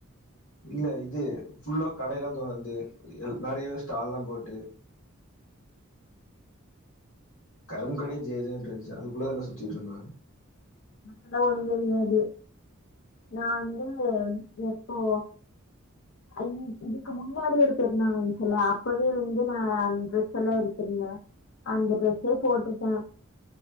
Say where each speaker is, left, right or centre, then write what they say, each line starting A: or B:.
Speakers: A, on the left; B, on the left.
A: இல்ல இது ஃபுல்லா கடைலா தொறந்து எ நெறைய ஸ்டால்லா போட்டு கரும்பு கடயே ஜேஜேன் இருந்ச்சு அதுக்குள்ளதால சுத்திட்ருந்தே
B: அதா ஒன்னு தெரியாது நா வந்து எப்போ அன் இதுக்கு முன்னாடி ஒரு பெருநாள் வந்ச்சுல அப்பவே வந்து நா அந்த ட்ரெஸெல்லா எடுத்திருந்த அந்த ட்ரெஸ்ஸே போட்டுட்டே